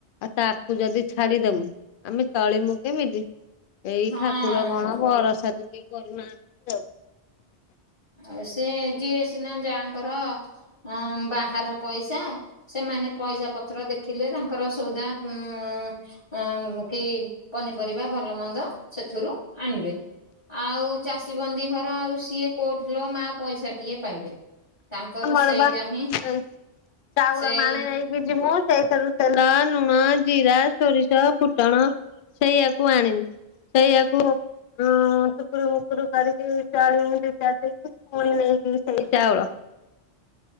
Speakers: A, on the left; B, on the left.
A: ଆଉ ତାକୁ ଯଦି ଛାଡିଦୋମୁ ଆମେ ଚଳିମୁ କେମିତି। ଏଇ
B: ହଁ
A: ଠାକୁର କଣ ବରଷା ଟିକେ କରୁନାହାନ୍ତି ଆଉ
B: ଆଉ ସିଏ ଯିଏ ସିନା ଯାହାଙ୍କର ଅ ବାହାର ପଇସା ସେମାନେ ପଇସା ପତ୍ର ଦେଖିଲେ ତାଙ୍କର ସଉଦା ଉଁ ଅଁ କି ପନିପରିବା ଭଲ ମନ୍ଦ ସେଥିରୁ ଆଣିବେ। ଆଉ ଚାଷୀ ବନ୍ଦୀ ଘର ଆଉ ସିଏ କୋଉଠି ଲୋ ମା ପଇସା ଟିଏ ପାଇବେ। ତାଙ୍କର
A: ଆମର
B: ସେଇଟା
A: ବା
B: ହିଁ
A: ଏଇଚାଉଳ
B: ସେଇ
A: ମାଣେ ନାଇଁ ଭିଜିମୁ ସେଇଥରୁ ତେଲ ଲୁଣ ଜିରା ସୋରିଷ ଫୁଟଣ ସେଇଆକୁ ଆଣିମୁ ସେଇଆକୁ ହଁ ଟୁକୁରୁ ମୁକୁରୁ କରିକି ଚଳିବୁ ଦି ଚାରି ଦିନ ପୁଣି ନେଇକି ସେଇ ଚାଉଳ।